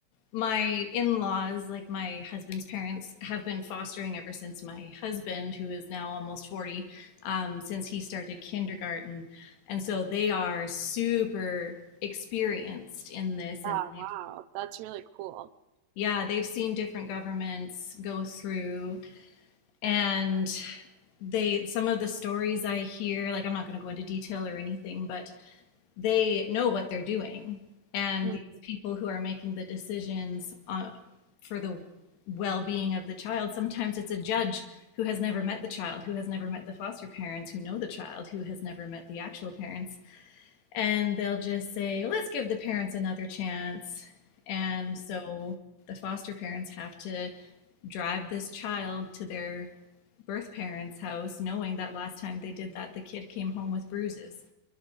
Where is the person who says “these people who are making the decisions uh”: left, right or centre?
Left